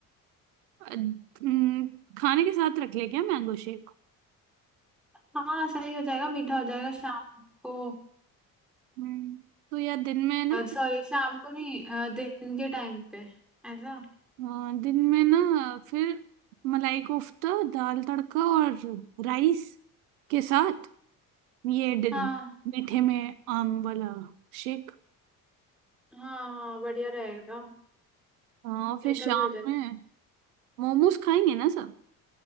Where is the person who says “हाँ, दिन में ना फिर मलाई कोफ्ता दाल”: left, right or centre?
Right